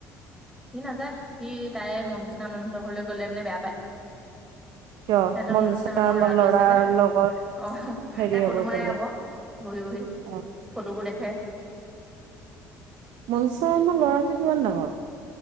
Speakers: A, in the centre; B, on the right.
A: সি নাযায় সি তাই মনজোচনা মেমহঁতৰ ঘৰলৈ গলে মানে বেয়া পায়।
B: কিয়
A: সিহঁতে
B: মনজুচা
A: মনজোচনাা মেমৰ
B: আমাৰ
A: ল'ৰাটো
B: ল'ৰাৰ
A: আছে যে
B: লগত
A: অ
B: হেৰি
A: তাই
B: হ'ব
A: ফটো মাৰে
B: বোলে
A: আকৌ বহি বহি
B: অ
A: ফটোবোৰ দেখাই।
B: মঞ্চ মেমেৰ ল'ৰাটো কিমান ডাঙৰত।